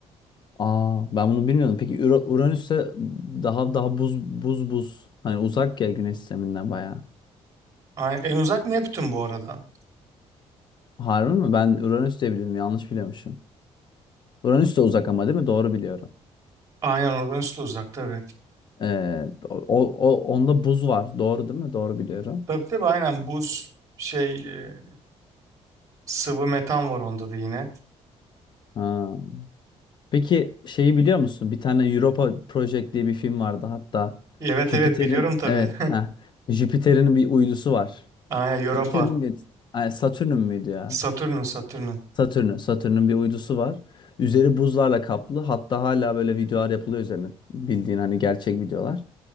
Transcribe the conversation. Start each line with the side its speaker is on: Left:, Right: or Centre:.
Left: Aa ben bunu bilmiyordum. Peki Ura- Uranüs'te daha daha buz buz buz. Hani uzak ya Güneş sisteminden bayağı.
Right: Ay- En uzak Neptün bu arada.
Left: Harbi mi? Ben Uranüs diye biliyordum. Yanlış biliyormuşum. Uranüs de uzak ama değil mi? Doğru biliyorum.
Right: Aynen Uranüs de uzak tabii.
Left: Ee, o, o, onda buz var. Doğru değil mi? Doğru biliyorum.
Right: Tabii tabii aynen buz şey e, sıvı metan var onda da yine.
Left: Ha. Peki şeyi biliyor musun? Bir tane Europa Project diye bir film vardı hatta.
Right: Evet
Left: Jüpiter'in
Right: evet biliyorum tabii.
Left: evet ha Jüpiter'in bir uydusu var.
Right: <laughs> Aynen Europa.
Left: Jüpiter'in bir ay, Satürn'ün müydü ya?
Right: Satürn'ün Satürn'ün.
Left: Satürn'ün Satürn'ün bir uydusu var. Üzeri buzlarla kaplı. Hatta hala böyle videolar yapılıyor üzerine. Bildiğin hani gerçek videolar.